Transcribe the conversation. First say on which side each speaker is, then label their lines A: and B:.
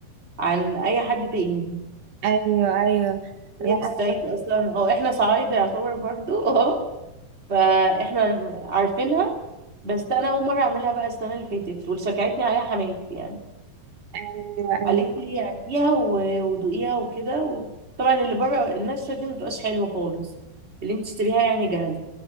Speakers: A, on the right; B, on the right.
A: عن أي حد تاني
B: ايوه ايوه
A: هي
B: لا
A: في
B: انا
A: الصعيد أصلا أو إحنا صعايدة يعتبر برضو <laughs> أه فإحنا عارفينها بس أنا أول مرة أعملها بقى السنة اللي فاتت واللي شجعتني عليها حماتي يعني
B: ايوه ايوه
A: قالت لي هاتيها و- ودوقيها وكده و... طبعا اللي بره الناشفة دي مبتبقاش حلوة خالص اللي انت تشتريها يعني جاهزة